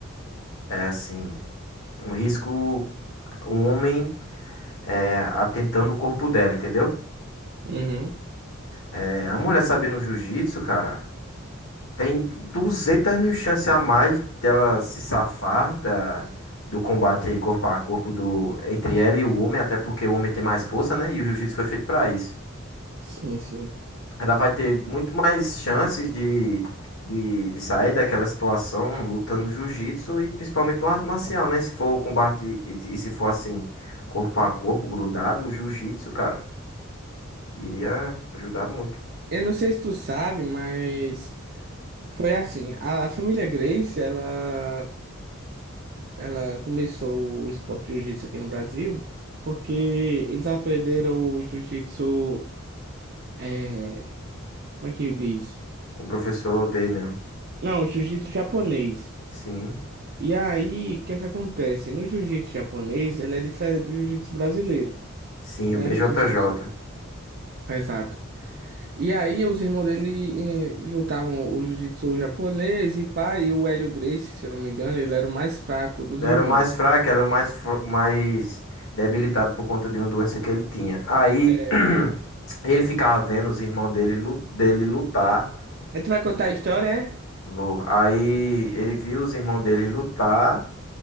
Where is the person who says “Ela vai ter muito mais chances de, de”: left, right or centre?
Left